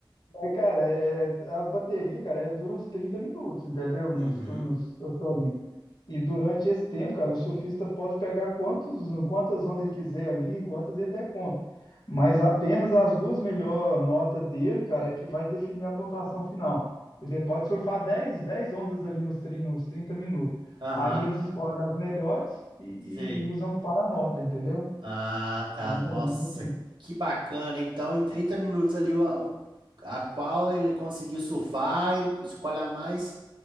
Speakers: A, on the left (about 55°); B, on the right (about 60°).
A: Mas, cara, é, é, as baterias, cara, elas duram uns 30 minutos, entendeu? No,
B: Uhum.
A: sur- no surf olímpico. E durante esse tempo, cara, o surfista pode pegar quantos, quantas ondas ele quiser ali, quantas ele der conta. Mas apenas as duas melhores notas dele, cara, é que vai definir a pontuação final. Ele pode surfar dez, dez ondas ali nos, tri- nos 30 minutos.
B: Aham.
A: Aí eles escolhem as melhores e,
B: Sei.
A: e usam para a nota, entendeu?
B: Ah, tá.
A: É mais
B: Nossa,
A: ou menos assim.
B: que bacana. Então, em 30 minutos ali, o- o- a, qual ele conseguiu surfar, ele escolhe a mais